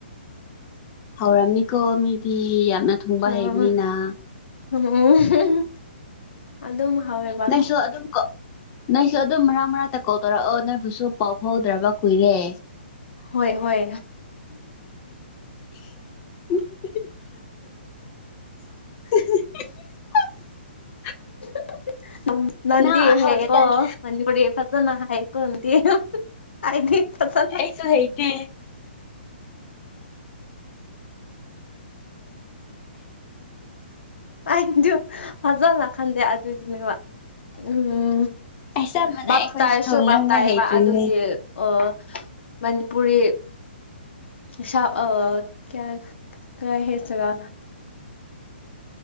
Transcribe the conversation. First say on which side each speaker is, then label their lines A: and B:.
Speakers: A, on the left; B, on the left.
A: ꯍꯧꯔꯝꯅꯤꯀꯣ ꯃꯤꯗꯤ ꯌꯥꯝꯅ ꯊꯨꯡꯕ
B: <unintelligible>
A: ꯍꯩꯕꯅꯤꯅ
B: ꯑꯗꯨꯝ ꯍꯥꯎꯋꯦꯕ
A: ꯅꯁꯨ ꯑꯗꯨꯝ ꯀ ꯅꯪꯁꯨ ꯑꯗꯨꯝ ꯃꯔꯥꯛ ꯃꯔꯥꯡꯇ ꯀꯣꯜ ꯇꯧꯔꯛꯑꯣ ꯅꯣꯏꯕꯨꯁꯨ ꯄꯥꯎ ꯐꯥꯎꯗ꯭ꯔꯕ ꯀꯨꯏꯔꯦ
B: ꯍꯣꯏ ꯍꯣꯏ
A: <inaudible> <inaudible>
B: <inaudible> ꯅꯟꯗꯤ
A: ꯅꯪ
B: ꯍꯩꯌꯦꯀꯣ
A: ꯍꯧꯖꯤꯛꯀꯥꯟ
B: <unintelligible> ꯄꯔꯦ ꯐꯖꯅꯥ ꯍꯩꯀꯣ ꯅꯥꯗꯤ <unintelligible> ꯍꯥꯏꯗꯤ ꯐꯖ
A: ꯑꯩꯁꯨ ꯍꯩꯇꯦ
B: ꯑꯩꯗꯣ ꯐꯖꯅ ꯈꯟꯗꯦ ꯑꯗꯨꯒꯤꯅꯦꯕ ꯎꯝ
A: ꯑꯩ ꯆꯞ ꯃꯥꯟꯅꯩ
B: ꯕꯥꯞ
A: ꯑꯩꯈꯣꯏꯁꯨ
B: ꯇꯥꯏꯁꯨ
A: ꯉꯥꯡꯕ
B: ꯕꯥꯞ ꯇꯥꯏꯑꯦꯕ
A: ꯍꯩꯇ꯭ꯔꯤꯅꯦ
B: ꯑꯗꯨꯒꯤ ꯑꯣ ꯃꯅꯤꯄꯨꯔꯤ ꯍꯤꯁꯕ ꯑꯥ ꯀ꯭ꯌꯥ ꯀ꯭ꯔꯤ ꯍꯥꯏꯁꯤꯔꯥ